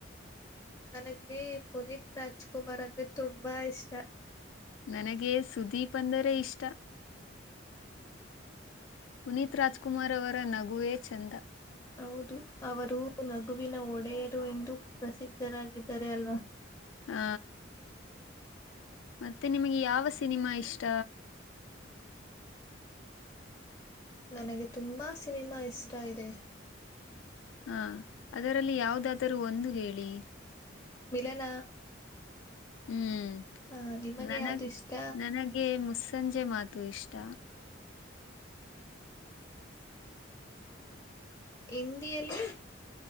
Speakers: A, on the left (about 20°); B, on the left (about 80°).
A: ಹೌದು ನನಗೆ ಪುನೀತ್ ರಾಜ್ಕುಮಾರ್ ಅಂದ್ರೆ ತುಂಬಾ ಇಷ್ಟ.
B: ನನಗೆ ಸುದೀಪ್ ಅಂದರೆ ಇಷ್ಟ.
A: ಹ್ಮ <inaudible>
B: ಪುನೀತ್ ರಾಜ್ಕುಮಾರ್ ಅವರ ನಗುವೇ ಚಂದ.
A: ಹೌದು ಅವರು ನಗುವಿನ ಒಡೆಯರು ಎಂದು ಪ್ರಸಿದ್ಧರಾಗಿದ್ದಾರೆ ಅಲ್ವಾ.
B: ಹಾ ಮತ್ತೆ ನಿಮ್ಗೆ ಯಾವ ಸಿನಿಮಾ ಇಷ್ಟ.
A: ನನಗೆ ತುಂಬಾ ಸಿನಿಮಾ ಇಷ್ಟ ಇದೆ.
B: ಹಾ ಅದರಲ್ಲಿ ಯಾವುದಾದರೂ ಒಂದು ಹೇಳಿ.
A: ಮಿಲನ.
B: ಹ್ಮ್
A: ಆ ನಿಮಗೆ
B: ನನಗ್
A: ಯಾವ್ದು ಇಷ್ಟ
B: ನನಗೆ ಮುಸ. ಸಂಜೆ ಮಾತು ಇಷ್ಟ.
A: ಹಿಂದಿಯಲ್ಲಿ.